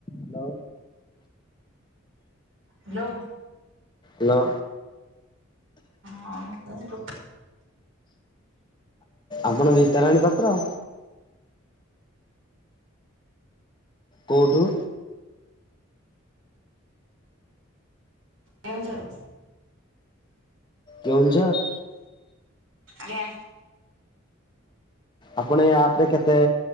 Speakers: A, on the left; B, on the right.
A: ହ୍ୟାଲୋ।
B: ହାଲୋ।
A: ଏଲୋ।
B: ହଁ, କୁହନ୍ତୁ।
A: ଆପଣ ରିତାରାଣୀ ପାତ୍ର? କୋଉଠୁ?
B: କେଉଁଝର
A: କେଉଁଝର୍?
B: ଆଜ୍ଞା
A: ଆପଣ ଏ ଆପ୍ ରେ କେତେ